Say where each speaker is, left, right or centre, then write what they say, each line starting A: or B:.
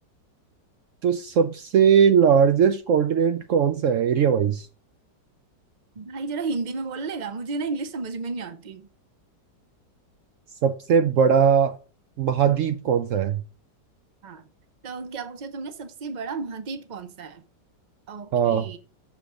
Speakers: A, on the right (about 85°); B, on the right (about 40°).
A: तो सबसे लार्जेस्ट कॉन्टिनेंट कौन सा है एरिया वाइज
B: भाई जरा हिंदी में बोल लेगा मुझे ना इंग्लिश समझ में नहीं आती
A: सबसे बड़ा महाद्वीप कौन सा है
B: हाँ तो क्या पूछा तुमने सबसे बड़ा महाद्वीप कौन सा है ओके
A: हाँ